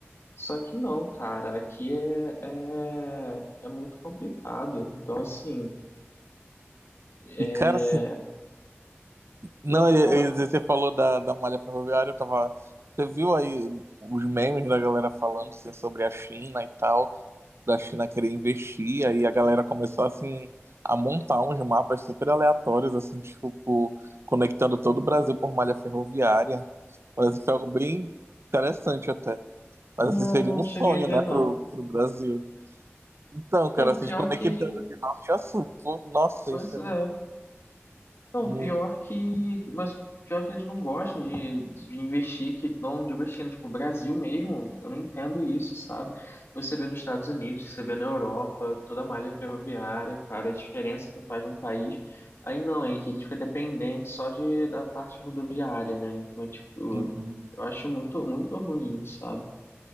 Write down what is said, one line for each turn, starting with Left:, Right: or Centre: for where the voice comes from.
Left: Só que não, cara, aqui é, é, é muito complicado. Então, assim, é...
Right: e cara, Não,
Left: não, pra
Right: e-
Left: falar.
Right: e você falou da, da malha ferroviária, eu tava. Você viu aí os memes da galera falando assim, sobre a China e tal, da China querer investir, aí a galera começou assim a montar uns mapas super aleatórios, assim, tipo, por- conectando todo o Brasil por malha ferroviária. Mas assim, foi algo bem interessante até. Mas
Left: Não,
Right: assim, seria
Left: não
Right: um
Left: cheguei
Right: sonho,
Left: a ver,
Right: né,
Left: não.
Right: pro, pro Brasil. Então, cara,
Left: É,
Right: se
Left: pior
Right: desconectando
Left: é que.
Right: de norte a sul. Pô, nossa,
Left: Pois
Right: isso é
Left: é.
Right: muito.
Left: Não,
Right: muito.
Left: pior que. Mas pior que eles não gostam de, de investir, que não digo assim, tipo, o Brasil mesmo, eu não entendo isso, sabe? Você vê nos Estados Unidos, você vê na Europa, toda a malha ferroviária, cara, a diferença que faz um país. Aí não, é que a gente fica dependente só de, da parte rodoviária, né? Então, é, tipo,
Right: uhum.
Left: eu acho muito, muito ruim, sabe?